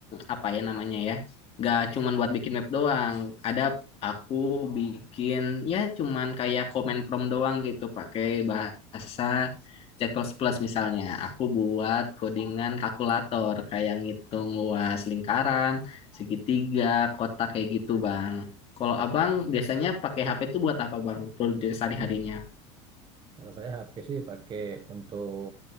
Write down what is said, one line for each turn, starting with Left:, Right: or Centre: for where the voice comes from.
Left: apa ya namanya ya, nggak cuman buat bikin web doang. Ada aku bikin ya cuman kayak komen prompt doang gitu pakai bahasa C++ plus misalnya. Aku buat codingan kalkulator kayak ngitung luas lingkaran, segitiga, kotak kayak gitu, Bang. Kalau Abang biasanya pakai HP itu buat apa, Bang? Produksi sehari-harinya.
Right: kalau saya HP sih pakai untuk